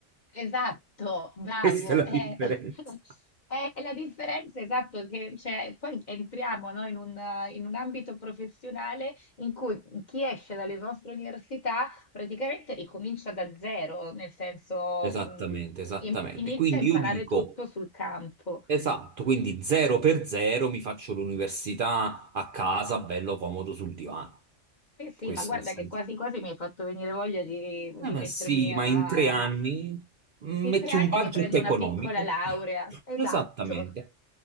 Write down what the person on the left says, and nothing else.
Esatto, bravo.
È,
<laughs> è la differenza, esatto, che c'è. Poi entriamo, no, in un, eh, in un ambito professionale in cui chi esce dalle vostre università praticamente ricomincia da zero, nel senso,
mh,
in- inizia
a imparare
tutto sul campo.
Sì, sì,
ma guarda
che quasi quasi mi hai fatto venire voglia di, di
mettermi
a...
In
tre anni
mi prendo
una piccola laurea. Esatto,